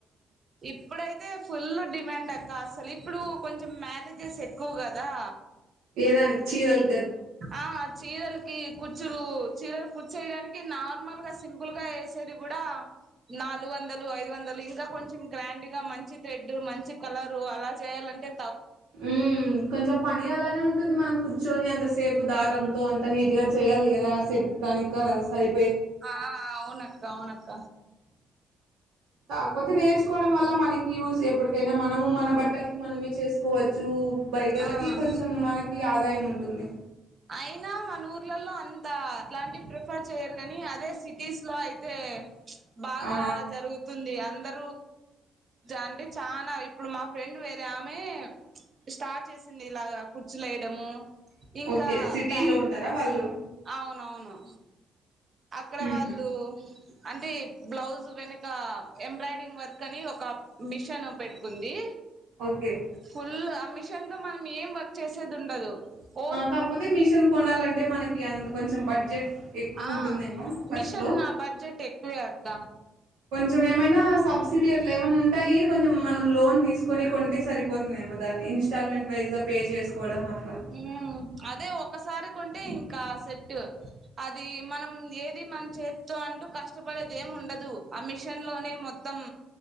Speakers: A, on the right (about 45°); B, on the right (about 80°).
A: ఇప్పుడైతే ఫుల్లు డిమాండ్ అక్ కా అసల్ ఇప్పుడూ కొంచెం మ్యారేజెస్ ఎక్కువ్ గదా
B: ఏదానిక్ చీరల్
A: ఆ చీరలు కి కుచ్చులూ చీరలక్ కుచ్చేయడానికి నార్మల్ గా సింపుల్ గా ఏసేది గుడా నాలుగు వందలు ఐదు వందలు ఇంకా కొంచెం గ్రాండ్గా మంచి థ్రెడ్ మంచి కలరు అలా చేయాలంటె
B: మ్ కొంచెం పని అలానే ఉంట్ మనం కూర్చొని అంతసేపు దారంతో అంత నీట్ గా చేయాలి గదా సెట్ దానికా సరి
A: ఆ అవునక్క అవునక్క
B: కాక్పోతే నేర్చుకోవడం వల్ల మనకి యూజ్ ఎప్పడుకైనా మనము మన బట్టల్కి మనమే చేసుకోవచ్చు బయటోళ్ళకి
A: ఆ
B: కొంచెం మనకి ఆదాయం ఉంటుంది
A: ఐనా మన ఊర్లల్లో అంతా అట్లాంటి ప్రిఫర్ చేయరు గనీ అదే సిటీస్ లో అయితే బాగా
B: ఆ
A: జరుగుతుంది అందర్ అంటె చానా ఇప్పుడు మా ఫ్రెండ్ వేరే ఆమే స్టార్ట్ చేసింది ఇలాగా కుచ్చులేయడమూ ఇంకా
B: ఓకే సిటీలో
A: బా
B: ఉంటారా వాళ్ళు
A: అవునవు అక్కడ
B: ఉహు
A: వాళ్ళూ అంటే బ్లౌజ్ వెనకా ఎంబ్రాయిడింగ్ వర్క్ అనీ ఒకా మిషన్ పెట్టుకుంది
B: ఓకే
A: ఫుల్లు మిషన్ తో మనం ఏం వర్క్ చేసేద్ ఉండదు ఓ
B: కాక్పోతె మిషిన్ కొనాలంటే మనకి అంత కొంచెం బడ్జెట్ ఎక్కువుంటుందేమో
A: ఆ
B: ఫస్ట్లో
A: మిషన్ నా బడ్జెట్ ఎక్కువే అక్క
B: కొంచం ఏమైనా సబ్సిడి అట్ల ఏమన్నుంటాయి కొంచెం మనం లోన్ తీసుకొని కొంటే సరిపోతుందేమో దాన్ని ఇన్స్టల్మెంట్ వైజ్గా పే చేసుకు కోడం అట్లా
A: మ్మ్ అదే ఒకసారి కొంటే ఇంకా సెట్టు అది మనం ఏది మన్ చేత్తొ అం టు కష్టపడేది ఏం ఉండదు ఆ మిషన్ లోనే మొత్తం